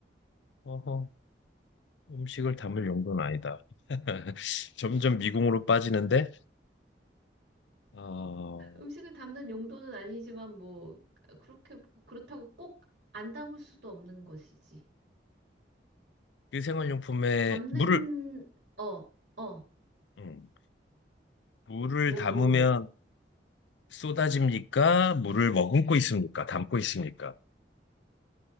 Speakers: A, on the left; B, on the right.
A: 어허, 음식을 담을 용도는 아니다. <laughs> 점점 미궁으로 빠지는데, 어,
B: 음식을 담는 용도는 아니지만 뭐 그렇게 그렇다고 꼭 안 담을 수도 없는 것이지.
A: 그 생활용품에
B: 담는
A: 물을,
B: 어, 어.
A: 음, 물을
B: 뭐
A: 담으면
B: 물을 뭐?
A: 쏟아집니까? 물을 머금고 있습니까? 담고 있습니까?